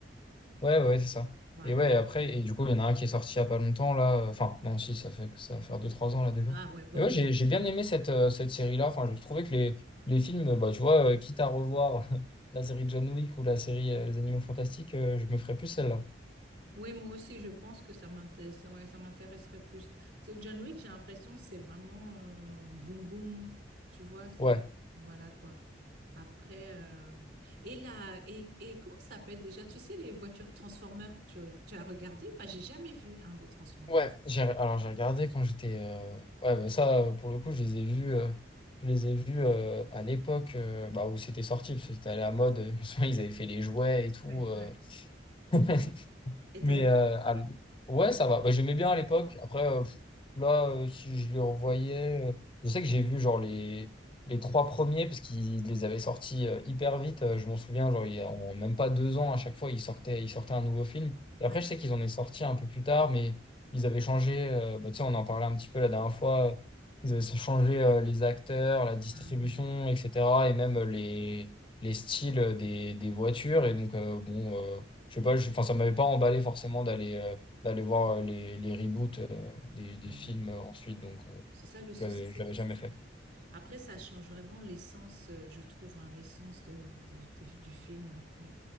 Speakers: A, on the left; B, on the right.
A: Ouais, ouais, c'est ça.
B: Voilà.
A: Et ouais, après, et du coup, il y en a un qui est sorti il y a pas longtemps, là. euh, Enfin, non, si, ça fait, ça va faire deux trois ans, là, déjà.
B: Ah ouais, bon,
A: Mais
B: peut-
A: ouais, j'ai j'ai bien aimé cette, euh, cette série-là. Enfin, je trouvais que les, les films, bah, tu vois, euh, quitte à revoir <laughs> la série John Wick ou la série euh, Les Animaux Fantastiques, euh, je me ferais plus celle-là.
B: Oui, moi aussi, je pense que ça m'intéresse, ouais, ça m'intéresserait plus. C'est John Wick, j'ai l'impression que c'est vraiment euh, boum boum, tu vois, c'est
A: Ouais,
B: voilà quoi. Après, euh, et là, et, et comment ça s'appelle déjà? Tu sais, les voitures Transformers, tu, tu as regardé ou pas? J'ai jamais vu un des Transformers.
A: ouais. J'ai, alors, j'ai regardé quand j'étais. euh, Ouais, bah, ça, euh, pour le coup, je les ai vus. euh, Je les ai vus euh, à l'époque euh, bah, où c'était sorti, parce que c'était à la mode. <laughs> Ils avaient fait les jouets et tout.
B: Ouais,
A: euh.
B: ouais.
A: <laughs>
B: Et t'aimes
A: Mais
B: bien?
A: euh, à l- ouais, ça va. Bah, j'aimais bien à l'époque. Après, euh, pff, là, euh, si je les revoyais, euh, je sais que j'ai vu genre les, les trois premiers, parce qu'ils les avaient sortis euh, hyper vite. Euh, je m'en souviens, genre, il y a, en même pas deux ans, à chaque fois, ils sortaient, ils sortaient un nouveau film. Et
B: Ouais,
A: après, je sais qu'ils en ont sorti un peu plus tard, mais ils avaient changé. euh, bah, tu sais, on en parlait un petit peu la dernière fois. euh, Ils avaient changé euh, les acteurs, la distribution,
B: Ah ouais.
A: etc. Et même euh, les, les styles euh, des, des voitures. Et donc, euh, bon. euh, je sais pas, je- enfin, ça m'avait pas emballé forcément d'aller euh, d'aller voir euh, les, les reboots euh, des, des
B: ouais.
A: films euh, ensuite, donc euh,
B: C'est ça le souci.
A: je l'avais,
B: c'est
A: je l'avais jamais fait.
B: Après, ça change vraiment l'essence, euh, je trouve, hein, l'essence de, des- des- du film après.